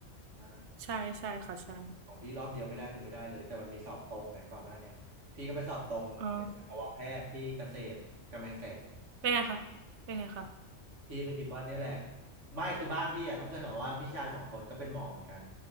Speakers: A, on the right; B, on the right.
A: อ่า
B: ใช่ใช่ค่ะใช่
A: ของพี่รอบเดียวไม่ได้คือไม่ได้เลยแต่มันมีสอบตรงไงก่อนหน้าเนี้ยพี่ก็ไปสอบตรงเป็นสัตวแพทย์ที่เกษตรกำแพงแสน
B: อ๋อ เป็นไงคะ เป็นไงคะ
A: พี่ก็คิดว่าเนี่ยแหละไม่คือบ้านพี่อ่ะต้องเกรินก่อนว่าพี่ชายสองคนก็เป็นหมอเหมือนกัน